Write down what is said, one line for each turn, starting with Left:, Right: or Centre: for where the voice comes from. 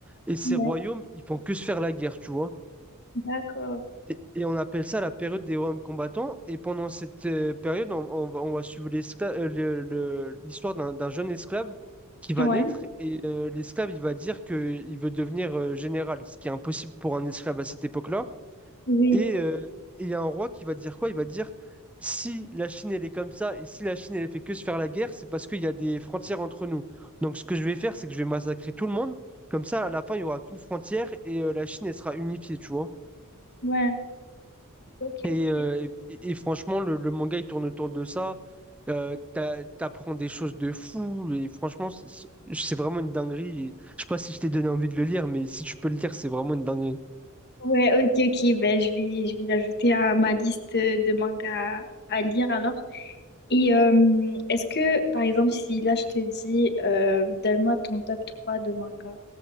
Centre: Et ces
Left: Ouais,
Centre: royaumes, ils font que se faire la guerre, tu vois.
Left: d'accord.
Centre: Et, et on appelle ça la période des royaumes combattants. Et pendant cette euh, période, on, on va, on va suivre l'escla- euh, le- le- l'histoire d'un d'un jeune esclave qui va
Left: Ouais,
Centre: naître. Et euh, l'esclave, il va dire qu'il veut devenir euh, général, ce qui est impossible pour un esclave à cette époque-là.
Left: oui,
Centre: Et euh, et il y a un roi qui va dire quoi? Il va dire, si la Chine, elle est comme ça, et si la Chine, elle fait que se faire la guerre, c'est parce qu'il y a des frontières entre nous. Donc, ce que je vais faire, c'est que je vais massacrer tout le monde. Comme ça, à la fin, il n'y aura qu'une frontière et euh, la Chine, elle sera unifiée, tu vois.
Left: ouais. Ok,
Centre: Et,
Left: ok.
Centre: euh, et, et franchement, le, le manga, il tourne autour de ça. Euh, t'a- t'apprends des choses de fou. Et franchement, c'est c'est vraiment une dinguerie. Et je sais pas si je t'ai donné envie de le lire, mais si tu peux le lire, c'est vraiment une dinguerie.
Left: Ouais, ok, ok. Ben, je vais, je vais l'ajouter à ma liste de mangas à lire alors. Et euh, est-ce que, par exemple, si là je te dis, euh, donne-moi ton top 3 de manga,